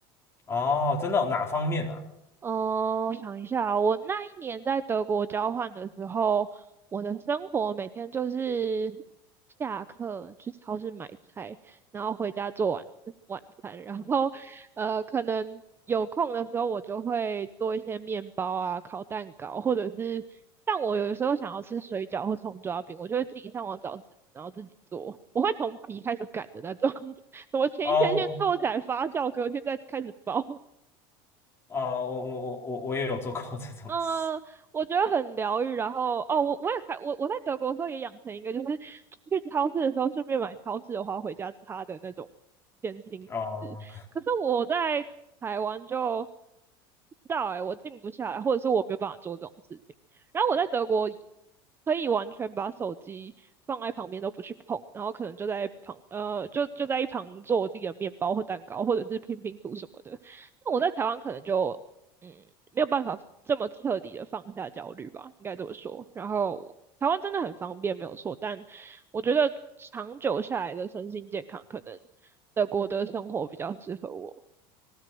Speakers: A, on the left; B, on the right.
A: 哦，真的哦哪方面啊？
B: 哦，我想一下啊我那一年在德国交换的时候，我的生活每天就是下课去超市买菜，然后回家做晚晚餐，然后呃，可能有空的时候我就会做一些面包啊、烤蛋糕，或者是像我有的时候想要吃水饺或葱抓饼，我就会自己上网找食谱，然后自己做，我会从皮开始擀的那种，<laughs> 我前一天先做起来发酵，
A: 哦，我
B: 隔天再开始包。
A: <laughs> 哦，我我我我我也有做过这种事。
B: 嗯，我觉得很疗愈。然后哦，我我也开我我在德国的时候也养成一个，就是去超市的时候顺便买超市的花回家插的那种偏心纸。
A: 哦，
B: 可是我在台湾就不知道哎、我静不下来，或者是我没有办法做这种事情。然后我在德国可以完全把手机放在旁边都不去碰，然后可能就在旁呃就就在一旁做我自己的面包或蛋糕，或者是拼拼图什么的。那我在台湾可能就嗯，没有办法这么彻底的放下焦虑吧，应该这么说。然后台湾真的很方便，没有错，但我觉得长久下来的身心健康，可能德国的生活比较适合我。